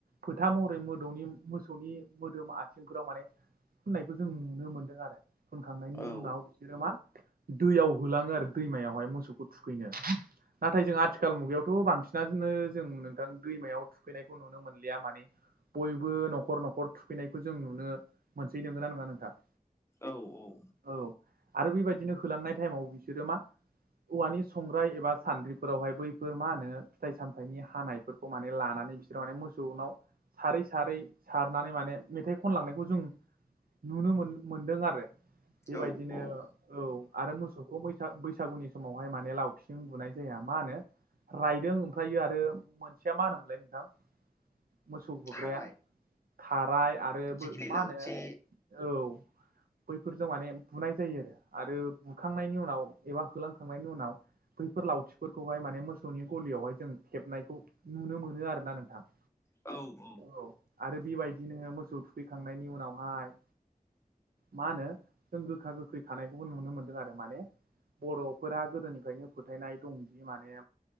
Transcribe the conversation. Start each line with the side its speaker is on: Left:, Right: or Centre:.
Right: फोथा महरै म मोसौनि मोसौनि मोदोम आथिंफोराव माने फुननायखौ जों नुनो मोनदों आरो फोनखांनायनि
Left: औ
Right: उनाव बिसोरो मा दैयाव होलाङो आरो दैमायावहाय मोसौखौ थुखैनो नाथाय जों आथिखाल मुगायावथ' बांसिनजोंनो जों नोंथां दैमायाव थुखैनायखौ नुनो मोनलिया माने बयबो न'खर न'खर थुखैनायखौ जों नुनो मोनसै नंगौना नङा नोंथां
Left: औ औ
Right: औ आरो बेबायदिनो होलांनाय टाइमाव बिसोरो मा औवानि संग्राय एबा सान्द्रिफोरावहाय बैफोर मा होनो फिथाइ सामथाइनि हानाय बेफोरखौ माने लानानै बिसोर माने मोसौनाव सारै सारै सारनानै माने मेथाइ खनलांनायखौ जों नुनो मोनदों आरो बेबायदिनो
Left: औ औ
Right: औ आरो मोसौखौ बैसागुनि समावहाय माने लावथिं बुनाय जाया मा होनो रायदों ओमफ्रायो आरो मोनसेया मा होनोमोनलाय नोंथां मोसौ बुग्राया
Left: थाराय
Right: खाराय आरो
Left: दिग्लि
Right: बो मा
Left: लावथि
Right: होनो औ बैफोरजों माने बुनाय जायो आरो आरो बुखांनायनि उनाव एबा होलांखांनायनि उनाव बैफोर लावथिफोरखौहाय माने मोसौनि गलियावहाय जों खेबनायखौ नुनो मोनो आरोना नोंथां
Left: औ
Right: औ आरो बेबायदिनो मोसौ थुखैखांनायनि उनावहाय मा होनो जों गोखा गोखै खानायखौबो नुनो मोन्दों आरो माने बर'फोरा गोदोनिफ्रायनो फोथायनाय दंदि माने